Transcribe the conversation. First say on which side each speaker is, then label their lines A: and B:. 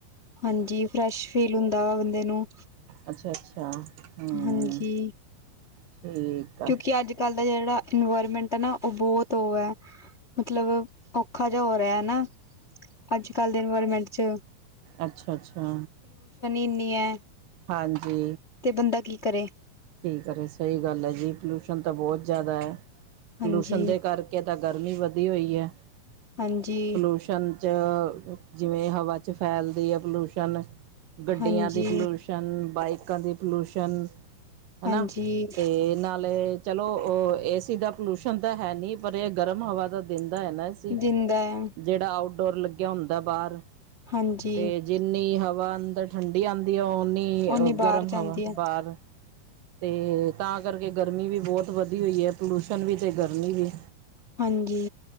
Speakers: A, on the left; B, on the right.
A: ਹਾਂਜੀ, ਫਰੈਸ਼ ਫੀਲ ਹੁੰਦਾ ਵਾ ਬੰਦੇ ਨੂੰ।
B: ਅੱਛਾ- ਅੱਛਾ। ਹੂੰ
A: ਹਾਂਜੀ।
B: ਠੀਕ ਆ
A: ਕਿਉਂਕਿ ਅੱਜ-ਕੱਲ ਦਾ ਜਿਹੜਾ ਇਨਵਾਇਰਮੈਂਟ ਆ ਨਾ, ਉਹ ਬਹੁਤ ਉਹ ਐ। ਮਤਲਬ, ਔਖਾ ਜਿਹਾ ਹੋ ਰਿਹਾ ਨਾ ਅੱਜ-ਕੱਲ ਦੇ ਇਨਵਾਇਰਮੈਂਟ'ਚ।
B: ਅੱਛਾ-ਅੱਛਾ,
A: ਇੰਨੀ ਹੈ
B: ਹਾਂਜੀ
A: ਤੇ, ਬੰਦਾ ਕੀ ਕਰੇ।
B: ਕੀ ਕਰੇ ਸਹੀ ਗੱਲ ਐ ਜੀ, ਪੋਲਿਊਸ਼ਨ ਤਾਂ ਬਹੁਤ ਜ਼ਿਆਦਾ ਐ।
A: ਹਾਂਜੀ
B: ਪੋਲੂਸ਼ਨ ਦੇ ਕਰਕੇ ਤਾਂ ਗਰਮੀ ਵਧੀ ਹੋਈ ਹੈ।
A: ਹਾਂਜੀ
B: ਪਲੂਸ਼ ਚ ਜਿਵੇਂ ਹਵਾ'ਚ ਫੈਲਦੀ ਐ, ਪੋਲੂਸ਼ਨ‌। ਗੱਡੀਆਂ
A: ਹਾਂਜੀ
B: ਦੀ ਪਲੁਸ਼ਨ, ਬਾਈਕਾਂ ਦੀ ਪਲੁਸ਼ਨ। ਹਨਾ,
A: ਹਾਂਜੀ
B: ਤੇ ਨਾਲ ਚਲੋ, ਉਹ ਏਸੀ ਦਾ ਪਲੂਸ਼ਨ ਤਾਂ ਹੈ ਨੀ, ਪਰ ਇਹ ਗਰਮ ਹਵਾ ਤਾ ਦਿੰਦਾ ਐ ਨਾ। ਸੀ,
A: ਦਿੰਦਾ ਹੈ
B: ਜਿਹੜਾ ਆਊਟਡੋਰ ਲੱਗ ਗਿਆ ਹੁੰਦਾ ਬਾਹਰ,
A: ਹਾਂਜੀ
B: ਤੇ ਜਿੰਨੀ ਹਵਾ ਅੰਦਰ ਠੰਡੀ ਆਂਦੀ ਆ, ਓਹਨੀ ਨੀ,
A: ਓਨੀ ਬਾਹਰ
B: ਗਰਮ
A: ਜਾਂਦੀ
B: ਹਵਾ
A: ਹੈ
B: ਬਾਹਰ। ਤੇ, ਤਾਂ ਕਰਕੇ ਗਰਮੀ ਵੀ ਬਹੁਤ ਵਧੀ ਹੋਈ ਏ, ਪੋਲੂਸ਼ਨ ਵੀ ਤੇ ਗਰਮੀ ਵੀ।
A: ਹਾਂਜੀ।